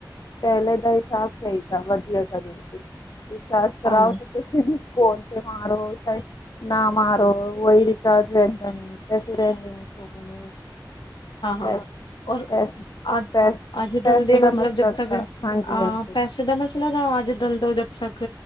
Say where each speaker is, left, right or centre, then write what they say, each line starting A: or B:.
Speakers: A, on the left; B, on the left.
A: ਪਹਿਲੇ ਦਾ ਹਿਸਾਬ ਸਹੀ ਥਾ ਵਧੀਆ ਥਾ ਬਿਲਕੁਲ ਰਿਚਾਰਜ ਕਰਾਓ
B: ਹਾਂਜੀ
A: ਤੇ ਤੁਸੀਂ ਵੀ ਸਕੋਲ <unintelligible> ਨਾ ਮਾਰੋ। ਉਹੀ ਰਿਚਾਰਜ ਰਹਿੰਦਾ ਨੀ, ਪੈਸੇ ਰਹਿੰਦੇ ਨੀ ਫੋਨ
B: <unintelligible>
A: ਮੇ
B: ਹਾਂ-ਹਾਂ।
A: ਪੈਸੇ
B: ਔਰ
A: ਪੈਸ
B: ਅੱ
A: ਪੈਸ
B: ਅੱਜ-ਕਲ
A: ਪੈਸੋਂ
B: ਦੇ
A: ਦਾ
B: ਮਤਲਬ
A: ਮਸਲਾ
B: ਜ
A: ਤਾਂ ਹਾਂਜੀ
B: ਆ
A: ਹਾਂਜੀ।
B: ਪੈਸੇ ਦਾ ਮਸਲਾ ਤਾਂ ਆਜ ਬਦਲ ਤੋਂ ਜਦ ਤੱਕ